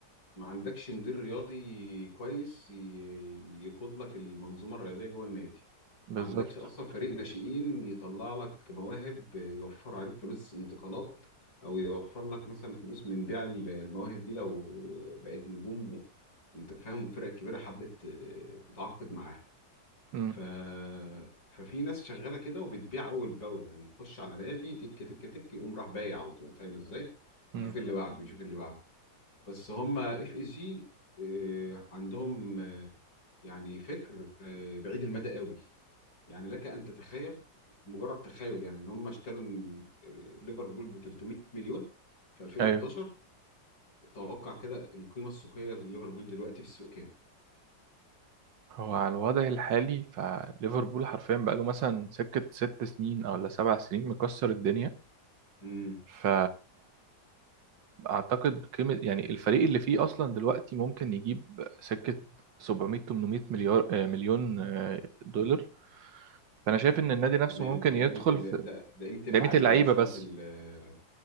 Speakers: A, on the left (about 75°); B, on the right (about 80°).
A: ما عندكش مدير رياضي كويس ي- يقود لك المنظومة الرياضية جوه النادي
B: بالظبط
A: ما عندكش أصلا فريق ناشئين يطلع لك مواهب يوفر عليك فلوس انتقالات أو يوفر لك مثلا فلوس من بيع ال- المواهب دي لو بقت نجوم وأنت فاهم الفرق الكبيرة حبت تتعاقد معاها
B: مم.
A: ف... ففي ناس شغالة كده وبتبيع أول بأول يعني يخش على نادي تك تك تك يقوم راح بايع على طول فاهم إزاي؟
B: مم.
A: يشوف اللي بعده يشوف اللي بعده بس هم اف اس جي عندهم آه، يعني فكر آه، بعيد المدى قوي يعني لك ان تتخيل مجرد تخيل يعني ان هم اشتروا إن- آه، ليفربول ب 300 مليون في 2011
B: ايوه
A: توقع كده القيمه السوقيه لليفربول دلوقتي في السوق كام
B: هو على الوضع الحالي فليفربول حرفيا بقاله مثلا سكة ست سنين او ولا سبع سنين مكسر الدنيا
A: امم
B: ف اعتقد قيمه يعني الفريق اللي فيه اصلا دلوقتي ممكن يجيب سكه 700 800 مليار آه، مليون آه، دولار فانا شايف ان النادي نفسه
A: تمام
B: ممكن
A: ده قيمه
B: يدخل
A: ال...
B: في
A: ده ده قيمه اللعيبه
B: قيمه اللعيبه
A: مش قيمه
B: بس
A: ال... اه